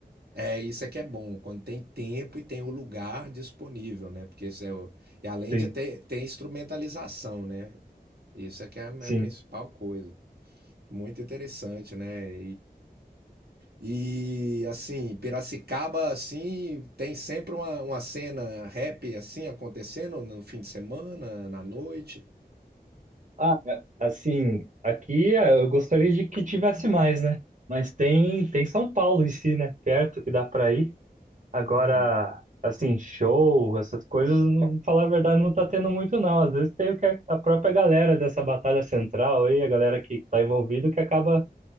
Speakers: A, on the right; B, on the right.
A: é, isso é que é bom, quando tem tempo e tem o lugar disponível, né? Porque isso é o, e além
B: Sim,
A: de ter, ter instrumentalização, né? Isso é que é a,
B: sim.
A: é a principal coisa. Muito interessante, né? E assim, Piracicaba assim tem sempre uma, uma cena rap assim acontecendo no fim de semana, na noite.
B: Ah, assim, aqui ah, eu gostaria de que tivesse mais, né? Mas tem, tem São Paulo em si, né? Perto que dá pra ir. Agora,
A: Hum.
B: assim, show, essas coisas, não- falar a verdade, não tá tendo muito, não. Às vezes tem o que a a própria galera dessa batalha central aí, a galera que tá envolvida, que acaba,